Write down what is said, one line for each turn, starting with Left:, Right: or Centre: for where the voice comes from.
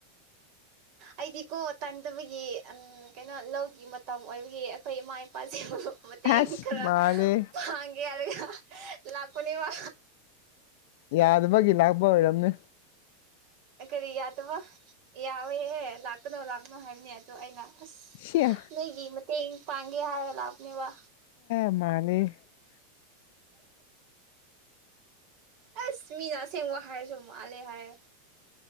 Left: <inaudible>
Right: ꯑꯩꯗꯤꯀꯣ ꯇꯟꯗꯕꯒꯤ ꯑ ꯀꯩꯅꯣ ꯂꯧꯒꯤ ꯃꯇꯝ ꯑꯣꯏꯕꯒꯤ ꯑꯩꯈꯣꯏ ꯏꯃꯥ ꯏꯄꯥꯁꯤꯡꯕꯨ ꯃꯇꯦꯡ
Left: ꯑꯁ
Right: ꯈꯔ
Left: ꯃꯥꯜꯂꯦ
Right: ꯄꯥꯡꯒꯦ ꯌꯥꯢꯔꯒ ꯂꯥꯛꯄꯅꯦꯕ
Left: ꯌꯥꯗꯕꯒꯤ ꯂꯥꯛꯄ ꯑꯣꯏꯔꯝꯅꯦ
Right: ꯀꯔꯤ ꯌꯥꯗꯕ ꯌꯥꯎꯋꯦꯍꯦ ꯂꯥꯛꯀꯅꯣ ꯂꯥꯛꯀꯅꯣ ꯍꯥꯏꯕꯅꯦ ꯑꯗꯣ ꯑꯩꯅ ꯑꯁ
Left: ꯁꯤꯌꯥ
Right: ꯅꯣꯏꯒꯤ ꯃꯇꯦꯡ ꯄꯥꯡꯒꯦ ꯍꯥꯏꯔ ꯂꯥꯛꯄꯅꯦꯕ
Left: ꯃꯥꯂꯦ <inaudible>
Right: ꯑꯁ ꯃꯤꯅ ꯑꯁꯦꯡꯕ ꯍꯥꯏꯔꯁꯨ ꯃꯥꯜꯂꯦ ꯍꯥꯏꯔꯦ